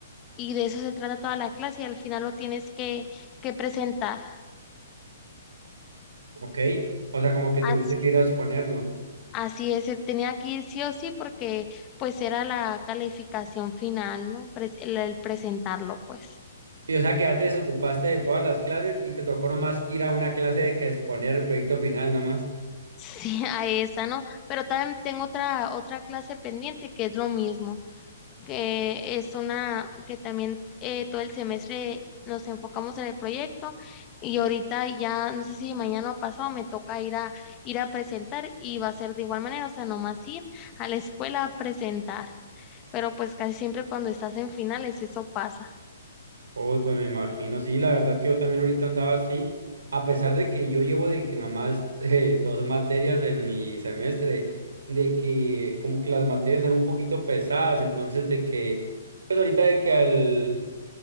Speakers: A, on the left; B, on the right.
A: y de eso se trata toda la clase y al final lo tienes que, que presentar.
B: ok. O sea, como que tuviste
A: Así,
B: que ir a exponerlo.
A: Así es, él tenía que ir sí o sí porque pues era la calificación final, ¿no? Pres- el, el presentarlo, pues. <laughs>
B: Y o sea, que ya te desocupaste de todas las clases y te tocó nomás ir a una clase de que exponer el proyecto final nomás.
A: Sí, a esa, ¿no? Pero también tengo otra otra clase pendiente que es lo mismo, que es una que también eh, todo el semestre nos enfocamos en el proyecto y ahorita ya no sé si mañana o pasado me toca ir a ir a presentar y va a ser de igual manera, o sea, nomás ir a la escuela a presentar. Pero pues casi siempre cuando estás en finales eso pasa.
B: Uy, pues me imagino, sí, la verdad que yo también ahorita andaba así, a pesar de que yo llevo de que nomás <laughs> eh, dos materias en mi semestre, de que como que las materias están un poquito pesadas, entonces de que, pues ahorita de que al,